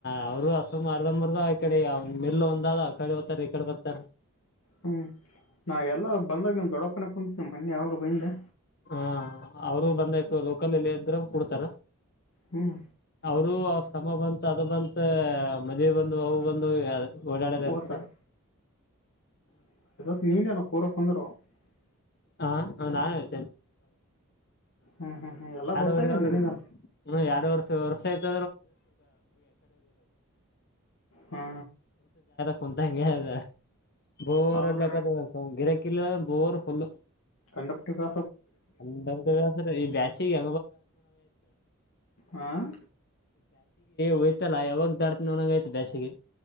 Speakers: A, on the left; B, on the left.
A: ಅವರು ಹಸ ಮರ್ದ ಮರ್ದ ಈಕಡೆ ಮಲ್ ಒಂದ ಅದ ಆ ಕಡೆ ಹೋಗತಾರ ಈ ಕಡೆ ಬರ್ತಾರ
B: ಹ್ಮ್ ನಾ ಎಲ್ಲ ಬಂದಾಗ ನಮ್ ದೊಡ್ಡಪ್ಪನ ಕುಂತ್ ಮೊ ಯಾವಾಗ ಬೈಂದೆ
A: ಹಾ ಅವರು ಬಂದಾಯತು ಲೋಕಲ್ ಎಲ್ಲಿ ಇದ್ರ ಕುಡ್ತಾರ
B: ಹ್ಮ್
A: ಅವರು ಆ ಸಮ ಬಂತ ಅದು ಬಂತ ಮದಿವಿ ಬಂದ್ ಅವು ಬಂದ ಅ ಓಡಾಡದ
B: ಓ
A: ಇರ್ತದ
B: ಸರ್ <unintelligible>
A: <unintelligible> ಎರಡು
B: ಹ್ಞೂ ಹ್ಞೂ ಹ್ಞೂ ಎಲ್ಲ ಗೊತ್ತಾಗ್ಯದ
A: ವರಿ
B: ನಿನಗೇನು
A: ಹ ಎರಡ ವರ್ಷ ವರ್ಷ ಆಯ್ತು
B: ಹ್ಞೂ
A: <unintelligible> ಕುಂತಂಗೆ ಅದ ಬೋರ್
B: ಹೌದು
A: ಇಡ್ಲಕ್ಕ ಗಿರಕಿಲ್ ಬೋರ್ ಫುಲ್
B: ಕಂಡಪಟ್ಟಿಬಾ
A: <unintelligible> ಈ ಬ್ಯಾಸಿಗೆ
B: ಹಾಂ
A: ಹೊಯ್ತಲ್ಲ ಯಾವಾಗ ದಾಡ್ತನ ಒನಗೈತಿ ಬೇಸಿಗೆ